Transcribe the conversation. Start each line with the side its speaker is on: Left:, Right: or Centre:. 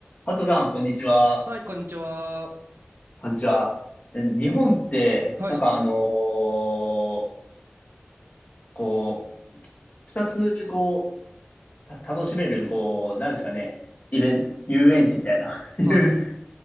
Left: ハトさん、こんにちは。
Right: はい、こんにちは。
Left: こんにちは。え日本って、
Right: はい。
Left: なんかあのーこう、二つ、こう、た楽しめる、こう、なんですかね、イベント、遊園地みたいな、<laughs> いう
Right: はい。